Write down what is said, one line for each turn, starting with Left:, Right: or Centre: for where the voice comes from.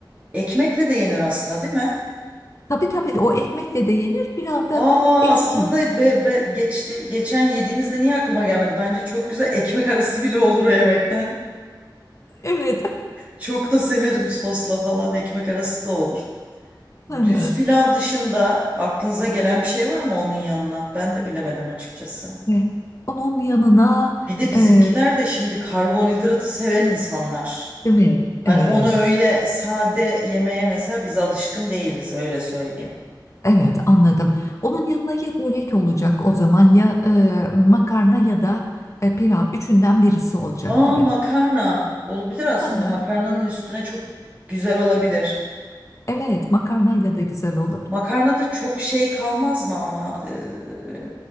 Right: ekmekle de yenir aslında değil mi?
Left: Tabii tabii o ekmekle de yenir. Pilav da
Right: Aa
Left: ekstra.
Right: aslında be, be- geçti, geçen yediğimizde niye aklıma gelmedi? Bence çok güzel ekmek arası bile olur o yemekten.
Left: Evet. <laughs>
Right: Çok da severim sosla falan ekmek arası da olur.
Left: Hı hı.
Right: Düz pilav dışında aklınıza gelen bir şey var mı onun yanına? Ben de bilemedim açıkçası.
Left: E, Onun yanına
Right: Bir de bizimkiler
Left: e,
Right: de şimdi karbonhidratı seven insanlar.
Left: değil mi?
Right: Hani
Left: Evet.
Right: onu öyle sade yemeye mesela biz alışkın değiliz öyle söyleyeyim.
Left: Evet anladım. Onun yanına ya börek olacak o zaman ya e, makarna ya da e, pilav üçünden birisi olacak
Right: Aa
Left: gibi.
Right: makarna olabilir aslında
Left: Hı hı.
Right: makarnanın üstüne çok güzel olabilir.
Left: Evet makarnayla da güzel olur.
Right: Makarnada çok şey kalmaz mı ama Eee,